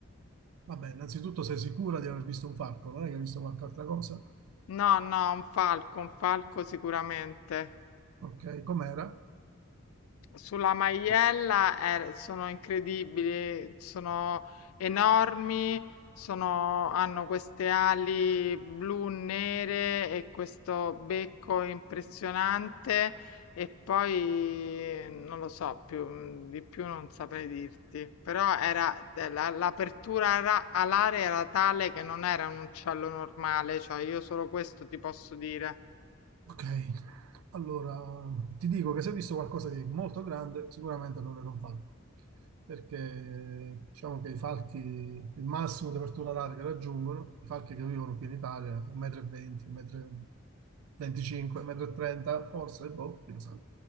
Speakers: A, on the right; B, on the left.
A: Vabbè, innanzitutto sei sicura di aver visto un falco, non è che hai visto qualche altra cosa?
B: No, no, un falco, un falco sicuramente.
A: Ok, com'era?
B: Sulla maiella eh, sono incredibili, sono enormi, sono- hanno queste ali blu nere e questo becco impressionante e poi non lo so più, mm, di più non saprei dirti, però era della- l'apertura ara- alare era tale che non era un uccello normale, cioè io solo questo ti posso dire.
A: Ok, allora ti dico che se hai visto qualcosa di molto grande, sicuramente non era un falco, perché diciamo che i falchi, il massimo di apertura oraria che raggiungono, i falchi che vivono qui in Italia, 1,20 m, 1,25 m, 1,30 m, forse, boh, chi lo sa.